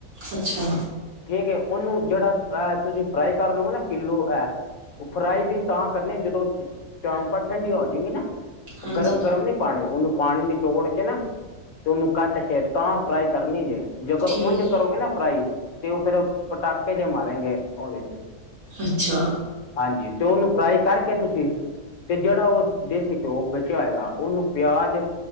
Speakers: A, on the right; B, on the left.
A: ਅੱਛਾ।
B: ਠੀਕ ਹੈ। ਉਹਨੂੰ ਜਿਹੜਾ ਤੁਸੀਂ ਫਰਾਈ ਕਰ ਲਓਗੇ ਨਾ ਕਿੱਲੋ ਹੈ। ਉਹ ਫਰਾਈ ਵੀ ਤਾਂ ਕਰਨੇ ਜਦੋਂ ਚਾਮਪਾਂ ਠੰਡੀਆਂ ਹੋ ਜਾਗੀ ਨਾ ਉਹ
A: ਹਾਂਜੀ
B: ਗਰਮ ਗਰਮ ਨੀ। ਪਾਣੀ ਉਹਨੂੰ ਪਾਣੀ ਨਿਚੋੜ ਕੇ ਨਾ ਤੇ ਉਹਨੂੰ ਕੱਟ ਕੇ ਤਾਂ ਫਰਾਈ ਕਰਨੀ ਜੇ। ਜੇਕਰ
A: ਠੀਕ
B: ਉਝ ਕਰੋਗੇ ਨਾ ਫਰਾਈ ਤੇ ਉਹ ਫਿਰ ਪਟਾਕੇ ਜੇ ਮਾਰਗੇ ਉਹਦੇ।
A: ਅੱਛਾ।
B: ਹਾਂਜੀ ਤੇ ਉਹਨੂੰ ਫਰਾਈ ਕਰਕੇ ਤੁਸੀ ਤੇ ਜਿਹੜਾ ਉਹ ਦੇਸੀ ਘਿਓ ਬੱਚਿਆ ਹੋਏਗਾ ਉਹਨੂੰ ਪਿਆਜ।